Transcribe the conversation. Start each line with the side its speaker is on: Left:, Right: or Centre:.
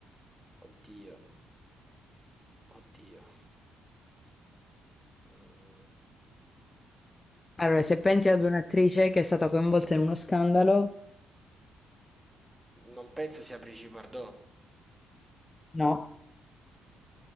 Centre: oddio, oddio. Mhmm,
Left: Allora, se pensi ad un'attrice che è stata coinvolta in uno scandalo,
Centre: non penso sia Brigitte Bardot.
Left: no.